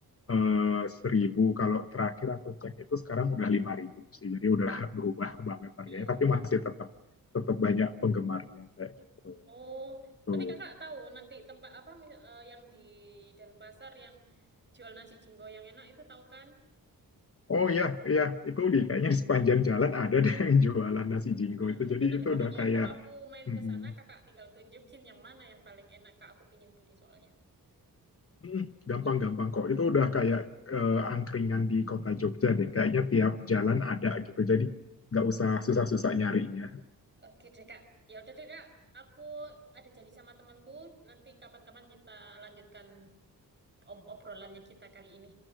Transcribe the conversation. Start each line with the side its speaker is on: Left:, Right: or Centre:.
Left: eh, seribu. Kalau terakhir aku cek itu sekarang udah lima ribu sih. Jadi udah berubah banget harganya.
Right: Iya.
Left: Tapi masih tetap tetap banyak penggemarnya kayak gitu.
Right: Oh,
Left: Tuh.
Right: tapi Kakak tahu nanti tempat apa mi- eh, yang di Denpasar yang jual nasi jinggo yang enak itu tahu kan?
Left: Oh iya, iya itu di kayaknya sepanjang jalan ada deh yang jualan nasi jinggo
Right: Oh,
Left: itu.
Right: ya
Left: Jadi
Right: dan nanti
Left: itu
Right: pokoknya
Left: udah kayak
Right: kalau aku main
Left: mm,
Right: ke sana Kakak tinggal tunjukin yang mana yang paling enak Kak, aku pingin pergi soalnya.
Left: Hmm, Gampang-gampang
Right: Ya,
Left: kok. Itu udah kayak eh, angkringan di kota Jogja deh. Kayaknya tiap jalan ada gitu. Jadi nggak usah susah-susah nyarinya.
Right: oke deh Kak. Ya udah deh Kak, aku ada janji sama temanku, nanti kapan-kapan kita lanjutkan ob- obrolannya kita kali ini.